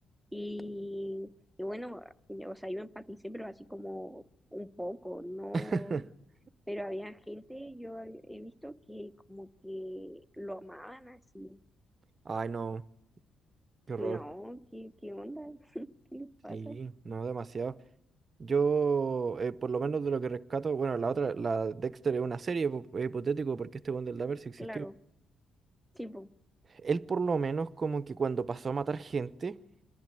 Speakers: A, in the centre; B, on the right (about 40°).
A: Y, y bueno, yo, o sea, yo empaticé, pero así como un poco, no.
B: <laughs>
A: Pero había gente, yo he visto que como que lo amaban así.
B: Ay, no, qué horror.
A: No, ¿qué, qué onda? <laughs> ¿Qué le pasa?
B: Sí, no, demasiado. Yo, eh, por lo menos de lo que rescato, bueno, la otra, la Dexter es una serie po- eh, hipotético porque este weón del Dahmer sí existió.
A: Claro, sí, po,
B: Él por lo menos como que cuando pasó a matar gente,